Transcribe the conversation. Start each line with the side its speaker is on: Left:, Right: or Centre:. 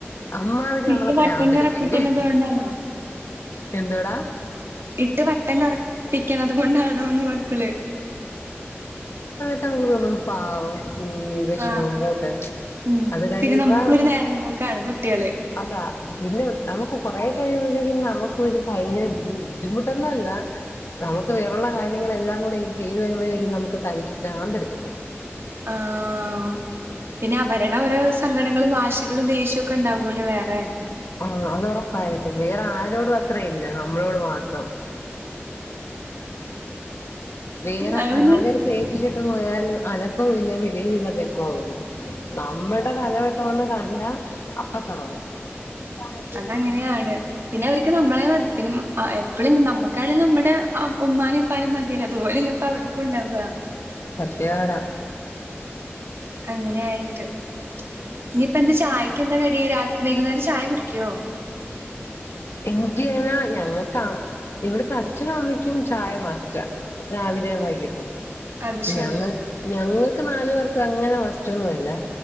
Left: അമ്മാതിരി നമ്മളെ
Right: ഇക്ക് വട്ട്ന്നുറപ്പിക്കുന്നത്
Left: പ്രാന്തെടുപ്പിക്കും
Right: കൊണ്ടാണോ?
Left: എന്തോടാ
Right: ഇട്ട് വട്ടം കറപ്പിക്കണത് കൊണ്ടാണോന്ന് മക്കള്?
Left: കുണു കുണു പാവം കുഞ്ഞ്. വെഷമം
Right: ആഹ്
Left: പോട്ടെ
Right: ഉം
Left: അത് കയ്യിമ്പം
Right: പിന്നെ നമുക്കൊരു നേരം പോക്കാണ് കുട്ടികള്
Left: അതാ പിന്നെ നമക്ക് കൊറെ കഴിയുമ്പോതേക്കും നമുക്ക് ഒരു ഭയങ്കര ബുദ്ധി ബുദ്ധിമുട്ടൊന്നുംല്ല. നമക്ക് വേറൊള്ള കാര്യങ്ങളെല്ലാം കൂടെ ചെയ്ത് കഴിയുംമ്പോത്തേക്കും നമക്ക് തല്യ്ക്ക് ഭ്രാതെട്ത് പോകും.
Right: ആഹ്. പിന്നെ അവര്ടൊരു സങ്കടങ്ങളും വാശികളും ദേഷ്യക്കെ ഇണ്ടാവല്ലോ വേറെ
Left: ആഹ് അത് ഉറപ്പായിട്ടും വേറെ ആരോടും അത്ര ഇല്ല നമ്മളോട് മാത്രം. വേറെ
Right: അത് പിന്നെ
Left: ആരേം തേപ്പിച്ചിട്ട് പോയാല് അനക്കൊല്ല വിളിയുംല്ല ബഹളൊല്ല നമ്മടെ തല വെട് ട്ടോന്ന് കണ്ട അപ്പത്തൊടങ്ങും. <inaudible>
Right: അതങ്ങനെയാണ്. പിന്നെ അവര്ക്ക് നമ്മളെ പിന്നെ അ എപ്പഴും നമ്മക്കായാലും നമ്മടെ ഉമ്മാനിം പ്പാനിം മതിയല്ലോ അത് പോലെന്നെല്ലേ ഇപ്പ അവർക്കുംണ്ടാവാ.
Left: സത്യാടാ.
Right: അങ്ങനെയായിട്ട്. ഇനിയിപ്പന്താ ചായകെന്താ കടി വൈകുന്നേരം ചായ കുടിക്ക്യോ?
Left: എങ്ക്യാനാ ഞങ്ങക്ക ഇവ്ട്ത്തെ അച്ഛനും അമ്മയ്ക്കും ചായ മസ്റ്റ രാവി ലെ വൈകിട്ടും
Right: അത് ശെരി
Left: ഞങ്ങ ഞങ്ങക്ക് നാല് പേർക്ക് അങ്ങനെ മസ്റ്റൊന്നുല്ല